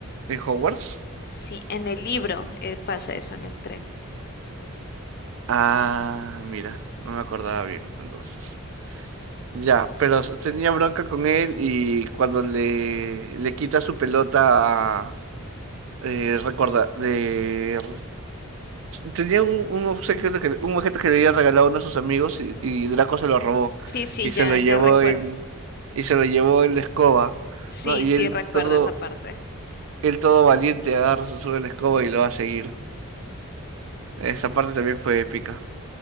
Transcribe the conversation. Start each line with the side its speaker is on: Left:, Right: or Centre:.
Right: en Hogwarts?
Left: Sí, en el libro eh, pasa eso en el tren.
Right: Ah, mira, no me acordaba bien, entonces. Ya, pero s- tenía bronca con él y cuando le, le quita su pelota eh, recuerda, de... tenía un, un obsequio de que, un objeto que le había regalado uno de sus amigos y, y Draco se lo robó
Left: Sí, sí,
Right: y
Left: ya,
Right: se lo llevó
Left: ya recuerdo.
Right: en y se lo llevó en la escoba,
Left: Sí,
Right: ¿no? Y
Left: sí,
Right: él
Left: recuerdo
Right: todo
Left: esa parte.
Right: él todo valiente agarra, se sube a la escoba y lo va a seguir. Esa parte también fue épica.